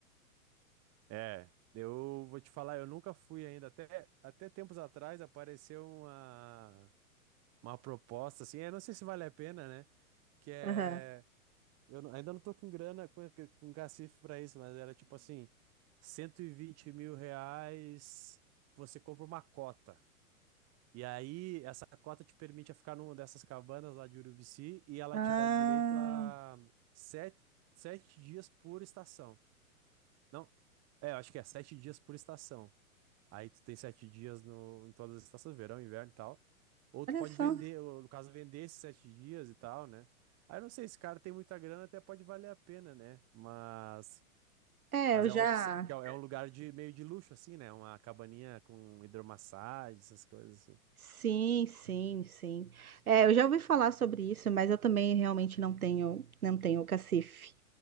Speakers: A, on the right (about 35°); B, on the right (about 80°).
A: É, Eu vou te falar, eu nunca fui ainda. Até, até tempos atrás apareceu uma, uma proposta, assim, eu não sei se vale a pena, né? Que é.
B: Aham.
A: Eu não- ainda não tô com grana, com, com cacife pra isso, mas era tipo assim, cento e vinte mil reais, você compra uma cota. E aí, essa cota te permite a ficar numa dessas cabanas lá de Urubici e ela
B: Ah,
A: te dá direito a sete, sete dias por estação. Não, é, eu acho que é sete dias por estação. Aí tu tem sete dias no, em todas as estações, verão, inverno e tal. Ou tu
B: olha
A: pode
B: só.
A: vender, ou, no caso, vender esses sete dias e tal, né? Aí eu não sei, se o cara tem muita grana, até pode valer a pena, né? Mas,
B: É,
A: mas
B: eu
A: é
B: já.
A: uma opção, porque é é um lugar de meio de luxo, assim, né? Uma cabaninha com hidromassagem, essas coisas assim.
B: Sim, sim, sim. É, eu já ouvi falar sobre isso, mas eu também realmente não tenho, não tenho cacife.